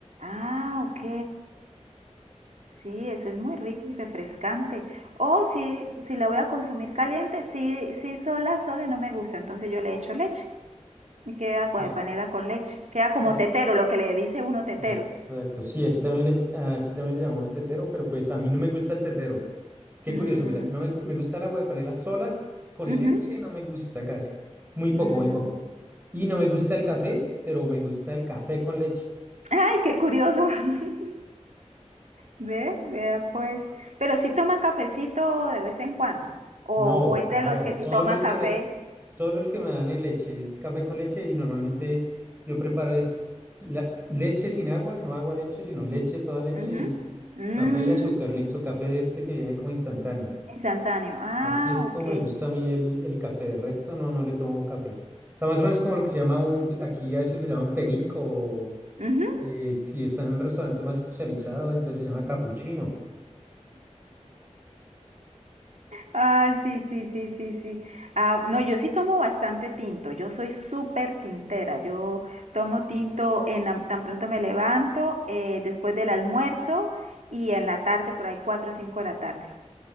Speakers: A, on the right (about 80°); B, on the right (about 15°).
A: Ah, ok. Sí, eso es muy rico y refrescante. O si, si la voy a consumir caliente, sí, sí, sola, sola no me gusta, entonces yo le echo leche y queda agua
B: La-
A: de panela con leche. Queda
B: sí,
A: como tetero, lo que le dice uno tetero.
B: Exacto, sí, aquí también le, ll- aquí también le llamamos tetero, pero pues a mí no me gusta el tetero. Qué
A: Mm,
B: curioso, mira, no me, gu- me gusta el agua de panela sola, con
A: ujú,
B: leche no me gusta casi, muy poco,
A: mm.
B: muy poco. Y no me gusta el café, pero me gusta el café con leche.
A: Ay, qué curioso. <laughs> Ve, vea pues. Pero sí toma cafecito de vez en cuando. O,
B: No,
A: o es de
B: nada,
A: los que
B: solo
A: sí toma
B: el
A: café.
B: que me, solo el que me dan en leche es café con leche y normalmente yo preparo es la, leche sin agua, no agua leche, sino leche, toda leche
A: Ujú.
B: y
A: Mm,
B: café y azúcar, listo, café de este que viene como instantáneo.
A: instantáneo. Ah,
B: Así es como
A: ok.
B: me gusta a mí el, el café. De resto, no, no le tomo café. O sea, más o menos como lo que se llama un, aquí a veces lo llaman perico,
A: Ujú.
B: eh, si está en un restaurante más especializado, entonces se llama capuchino.
A: Ah, sí, sí, sí, sí, sí. Ah, no, yo sí tomo bastante tinto. Yo soy súper tintera. Yo tomo tinto en la- tan pronto me levanto, eh, después del almuerzo y en la tarde, por ahí cuatro o cinco de la tarde.